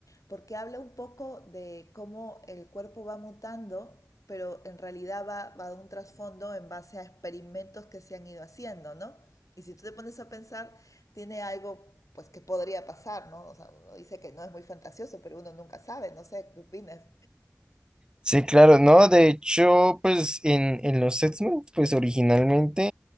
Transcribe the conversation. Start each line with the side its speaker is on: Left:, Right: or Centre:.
Left: porque habla un poco de cómo el cuerpo va mutando, pero en realidad va, va de un trasfondo en base a experimentos que se han ido haciendo, ¿no? Y si tú te pones a pensar, tiene algo pues que podría pasar, ¿no? O sea, uno dice que no es muy fantasioso, pero uno nunca sabe, no sé, ¿qué opinas?
Right: Sí, claro, no, de hecho, pues en, en los X-Men, pues originalmente